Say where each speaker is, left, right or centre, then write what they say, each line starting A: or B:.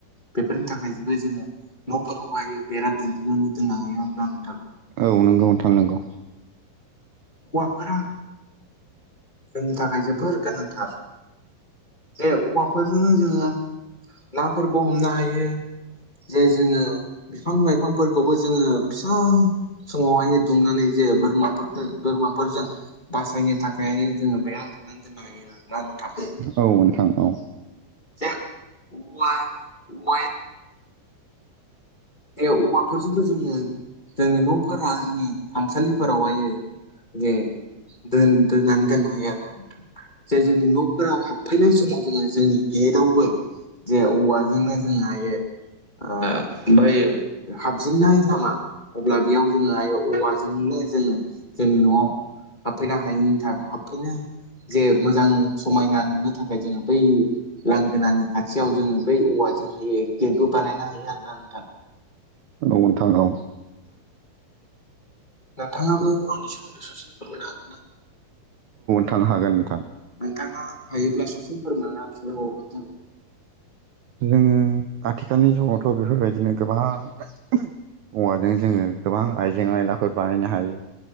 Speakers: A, on the left; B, on the right.
A: बेफोरनि थाखाय जेबो जोङो न'फोराव बायो बेरा दुमफिनानै दोननो हायो आरो ना नोंथां
B: औ नंगौ नोंथां नंगौ
A: औवाफोरा जोंनि थाखाय जोबोर गोनांथार जे औवाफोरजोंनो जोङो नाफोरबो हमनो हायो जे जोङो बिफां लाइफांफोरखौबो जोङो फिसा समावहाय दुमनानै जे बोरमाफोरखौ बोरमाफोरजों बासायनो थाखाय जोङो बेरा दमबनानै दोननो हायो आरो ना नोंथां
B: औ नोंथां औ
A: जा वा <unintelligible> जे औवाफोरजोंबो जोङो जोंनि न'फोरानि खामसालिफोरावहाय जे दोन दोननानै दोननो हायो आरोना नोंथां जे जोंनि न'फोराव हाबफैनाय समाव जोङो जोंनि गेटआवबो जे औवाजोंनो जोङोहायो ओ ओमफ्राय हाबजेनन्नाय लामा अब्ला बेयाव जोङो औवाजोंनो जोङो जोंनि न'आव हाबफैनो हायैनि थाखाय हाबफैनो जे मोजां समायना नुनो थाखाय जोङो बै लांगोनानि खाथियाव जोङो बै औवाजोंहाय गेटबो बानायनो हायो आरो ना नों थां
B: औ नोंथां औ
A: नोंथाङाबो औवानि सोमोन्दै ससे फोरमायनो हागोन ना?
B: थां हागोन नोंथां
A: नोंथाङा हायोब्ला ससे फोरोंना <unintelligible>
B: नों आथिखालनि जुगावथ' बेफोरबाय बिदिनो गोबां औवानि जोङो गोबां आइजें आयलाफोर बानायनो हायो।